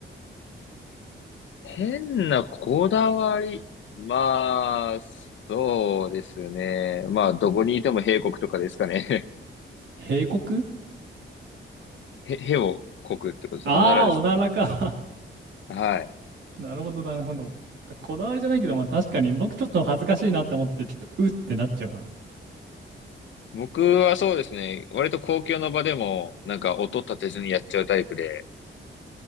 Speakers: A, on the left; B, on the right.
A: 変なこだわり。まあ、そうですね。まあ、どこにいても兵国とかですかね。
B: 警告
A: <laughs> へ、へをこくってことですね。
B: ああー、
A: おならですね。
B: おならか。
A: はい。
B: <laughs> なるほど、なるほど。こだわりじゃないけど、
A: も
B: まあ確かに僕ちょっと恥ずかしいなって思って、ちょっとうってなっちゃうな。
A: 僕はそうですね。割と公共の場でも、なんか音立てずにやっちゃうタイプで、